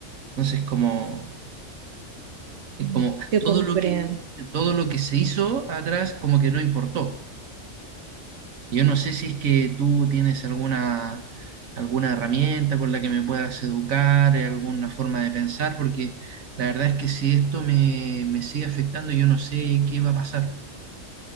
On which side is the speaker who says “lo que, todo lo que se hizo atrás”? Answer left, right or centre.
Right